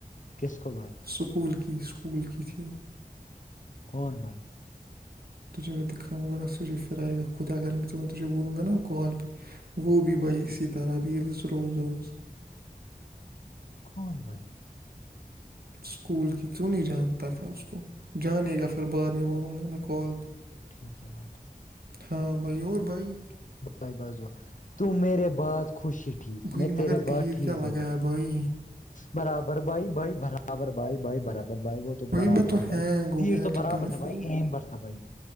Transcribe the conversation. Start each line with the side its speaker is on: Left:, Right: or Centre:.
Left: کس کو بھائی
Right: سکول کی اسکول کی تھی وہ
Left: کون بھائی
Right: تجھ میں دکھام گ سچے فرا گ ک خودت اگر ب گ نا کال پ وہ بھی بچہ اسی طرح ریلز روز روز
Left: کون بھائی
Right: اسکول کی کیوں نہیں جانتا تھا اس کو جانے گا پھر بعد میں بولوں گا نا کال پہ
Left: ٹھیک بھائیٹھیک
Right: ہاں بھائی اور بھائی
Left: بائی بازو تو میرے بعات خوشی ٹھیک
Right: بھائی
Left: میں تیرے
Right: مگر
Left: بر
Right: تیر
Left: ٹھیک
Right: کیا لگایا
Left: بھی نہیں
Right: بھائی،
Left: برابر بائی بائی برابر بائی بائی برابر بھائی وہ تو برابر
Right: میں
Left: بائی
Right: ہینگ ہو
Left: تیر
Right: گیا
Left: تو
Right: جب
Left: برابر
Right: میں نے
Left: تھا بھائی
Right: فون،
Left: ایم پر تھا بھائی